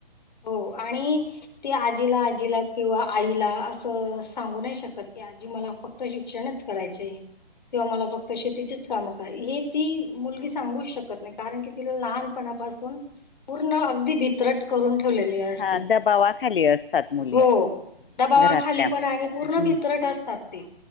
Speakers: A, on the left (about 50°); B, on the left (about 65°).
A: हो आणि ते आजीला-आजीला किंवा आईला असं सांगू नाही शकत की आजी मला फक्त शिक्षणच करायचे आहे. किंवा मला फक्त शेतीचीच कामं करा हे ती मुलगी सांगूच शकत नाही कारण की तिला लहानपणा पासून पूर्ण अगदी भितरट करून ठेवलेली असते.
B: हा दबावाखाली असतात मुली
A: हो दबावाखाली
B: घरातल्या हम्म
A: पण आणि पूर्ण
B: की
A: भितरट असतात ते.